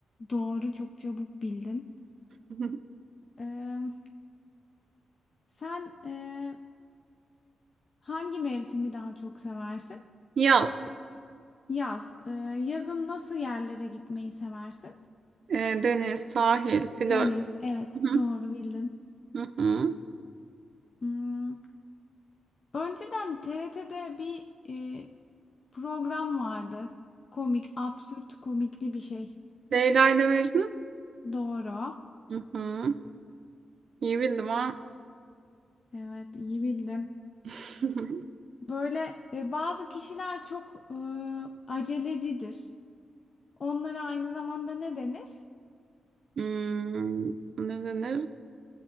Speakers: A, on the left; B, on the right.
A: Doğru çok çabuk bildin.
B: <laughs>
A: Eee, sen eee, hangi mevsimi daha çok seversin?
B: Yaz.
A: Yaz. Eee, yazın nasıl yerlere gitmeyi seversin?
B: Ee, deniz, sahil, plaj.
A: Deniz. Evet
B: Hı hı.
A: doğru bildin.
B: hı hı.
A: Hmm, önceden TRT'de bir eee, program vardı. Komik, absürt komikli bir şey.
B: Leyla ile Mecnun.
A: Doğru.
B: Hı hı. İyi bildim ha.
A: Evet, iyi bildin.
B: <laughs>
A: Böyle e, bazı kişiler çok e, acelecidir. Onlara aynı zamanda ne denir?
B: Hmm, ne denir?